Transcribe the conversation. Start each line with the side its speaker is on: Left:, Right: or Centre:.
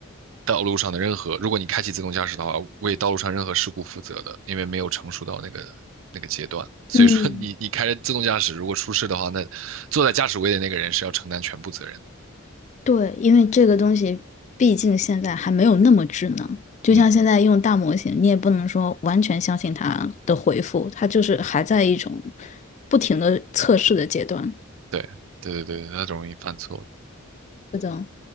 Right: 道路上的任何，如果你开启自动驾驶的话，为道路上任何事故负责的，因为没有成熟到那个那个阶段。所以说你，
Left: 嗯，
Right: 你开着自动驾驶，如果出事的话，那坐在驾驶位的那个人是要承担全部责任的
Left: 对，因为这个东西毕竟现在还没有那么智能，就像现在用大模型，
Right: 嗯，
Left: 你也不能说完全相信它的回复，它就是还在一种不停的测试的阶段。
Right: 对对对对，它容易犯错。
Left: 是的，